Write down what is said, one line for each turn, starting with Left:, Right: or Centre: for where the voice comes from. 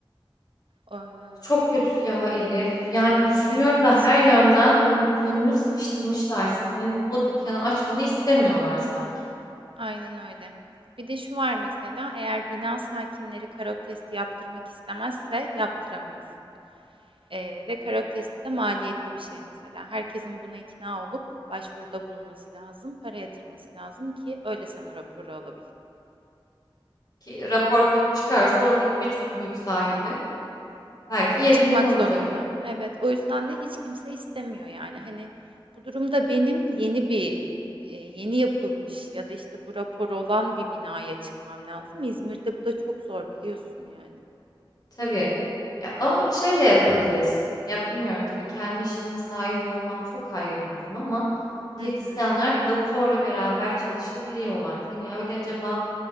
Right: Ee,
Left: çok kötü ya Elif. Yani düşünüyorum
Right: evet,
Left: da her yönden yön- yönünü sıkıştırmışlar. Senin o dükkanı açmanı istemiyorlar sanki.
Right: aynen öyle. Bir de şu var mesela eğer bina sakinleri karot testi yaptırmak istemezse yaptıramıyorsun. Ee, ve karot testi de maliyetli bir şey mesela. Herkesin buna ikna olup başvuruda bulunması lazım, para yatırması lazım ki öyle sen o raporu alabil.
Left: Ki rapor kötü çıkarsa oradaki birçok mülk sahibi belki
Right: E,
Left: yerinden
Right: çıkmak
Left: olacak.
Right: zorunda. Evet, o yüzden de hiç kimse istemiyor yani. Hani bu durumda benim yeni bir e, yeni yapılmış ya da işte bu rapor olan bir binaya çıkmam lazım. İzmir'de bu da çok zor biliyorsun yani.
Left: Tabii. Ya, ama şey de yapabilirsin. Ya bilmiyorum tabii kendi işinin sahibi olmak çok ayrı bir durum ama
Right: Hı
Left: diyetisyenler
Right: hı.
Left: bir doktorla beraber çalışabiliyorlar. Hani öyle acaba